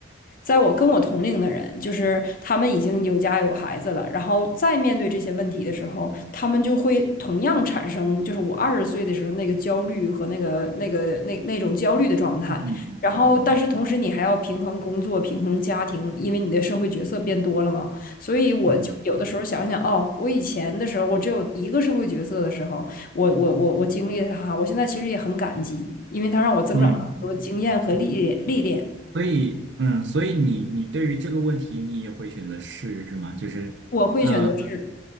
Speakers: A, on the left; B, on the right.
A: 在我跟我同龄的人，就是他们已经有家有孩子了，然后再面对这些问题的时候，他们就会同样产生，就是我二十岁的时候那个焦虑和那个那个那那种焦虑的状态。
B: 嗯嗯嗯嗯
A: 然后，但是同时你还要平衡工作、平衡家庭，因为你的社会角色变多了嘛。所以我就有的时候想想，
B: 嗯嗯
A: 哦，我以前的时候，我只有一个社会角色的时候，我我我我经历了它，我现在其实也很感激，因为它让我增长了很多经验和历练历练。
B: 嗯嗯嗯嗯嗯，所以嗯，所以你你对于这个问题，你也会选择是是吗？就是。
A: 我会选择是，
B: 呃